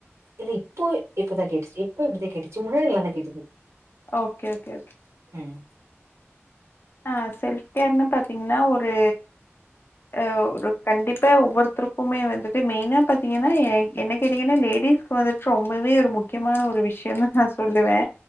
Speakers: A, on the right (about 85°); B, on the left (about 50°).
A: இல்ல இப்போ இப்பதா கேட்டுச்சு இப்போ இப்டித்தா கேட்டுச்சு முன்னாடி நல்லா தா கேட்டுது
B: ஓகே ஓகே ஓகே
A: ம்
B: ஆ செல்ஃப் கேர்ன்னு பாத்தீங்கன்னா ஒரு ஆ ஒரு கண்டிப்பா ஒவ்வொருத்தருக்குமே வந்துட்டு மெயினா பாத்தீங்கன்னா ஏ என்ன கேட்டீங்கன்னா லேடிஸ் இப்போ வந்துட்டு ரொம்பவே ஒரு முக்கியமான ஒரு விஷயோ தா நா சொல்லுவே